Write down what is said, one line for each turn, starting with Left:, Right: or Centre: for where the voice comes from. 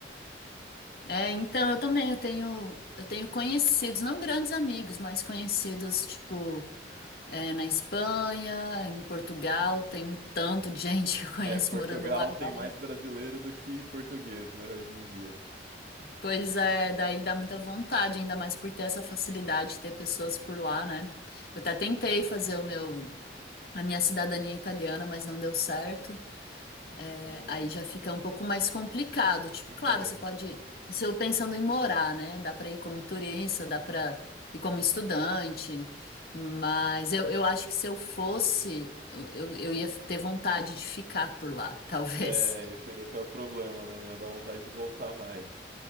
Left: É, então eu também eu tenho eu tenho conhecidos, não grandes amigos, mas conhecidos tipo é, na Espanha, em Portugal, tem um tanto de gente <laughs> que eu conheço
Right: É, Portugal
Left: morando lá agora.
Right: tem mais brasileiro do que português, né, hoje em dia.
Left: Pois é, daí dá muita vontade, ainda mais por ter essa facilidade de ter pessoas por lá, né? Eu até tentei fazer o meu a minha cidadania italiana, mas não deu certo. É,
Right: Hum.
Left: aí já fica um pouco mais complicado. Tipo,
Right: <laughs>
Left: claro, você pode. Isso eu pensando em morar, né? Dá para ir como turista, dá para ir como estudante. Mas eu, eu acho que se eu fosse, eu, eu, eu ia ter vontade de ficar por lá, <laughs> talvez.
Right: É, esse, esse é o problema, né, né? Dá vontade de voltar mais.